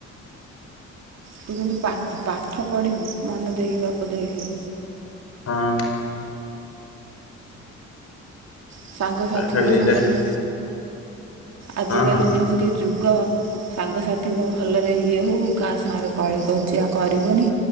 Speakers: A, on the right; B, on the left.
A: ତୁ କିନ୍ତୁ ପା ପାଠ ପଢ଼ିବୁ ମନ ଦେଇକି ବାପ ଦେଖେ।
B: ହଁ।
A: ସାଙ୍ଗସାଥିଙ୍କ
B: କାଲି
A: ସାଙ୍ଗରେ
B: ହଁ
A: ଆଜିକାଲି
B: ହଁ
A: ଯେମିତି ଯୁଗ ସାଙ୍ଗସାଥିୀଙ୍କ ଭଲରେ ଇଏ ହଉ କାହା ସାଙ୍ଗରେ କଳି କଜିଆ କରିବୁନି